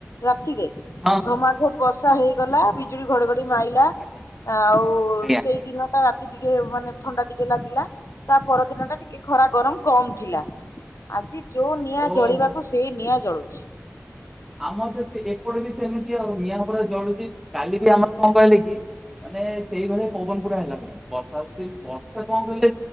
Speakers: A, on the left (about 80°); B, in the centre.
A: ରାତିରେ
B: ହଁ ହଁ
A: ଘମାଘୋଟ ବର୍ଷା
B: ହଁ ହଁ
A: ହେଇଗଲା ବି ବିଜୁଳି ଘଡଘଡି ମାଇଲା
B: ଆଜ୍ଞା
A: ଆଉ
B: ଆଜ୍ଞା
A: ସେଇ ଦିନଟା ଟିକେ ମାନେ ଥଣ୍ଡା ଟିକେ ଲାଗିଲା ତା ପରଦିନ ଟା ଟିକେ ଖରା ଗରମ କମ ଥିଲା। ଆଜି ଯୋଉ ନିଆଁ
B: ହଁ
A: ଜଳିବାକୁ
B: ଓହୋ।
A: ସେଇ ନିଆଁ ଜଳୁଛି।
B: ଆମର ତ ସେ ଏପଟେ ବି ସେମିତି ଆଉ ନିଆଁ ପୁରା ଜଳୁଚି କାଲି ବି ଆମର କଣ କହିଲେ କି ମାନେ ସେଇଭଳି ପବନ ପୁରା ହେଲା ପୁରା ବର୍ଷା ହୋଉଛି ବର୍ଷା କଣ କଲେ